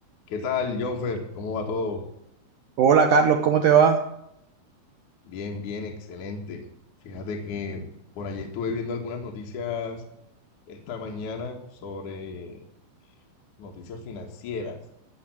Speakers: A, on the left (about 55°); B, on the right (about 85°).
A: ¿Qué tal, Jonfer? ¿Cómo va todo?
B: Hola Carlos, ¿cómo te va?
A: Bien, bien, excelente. Fíjate que por allí estuve viendo algunas noticias esta mañana sobre noticias financieras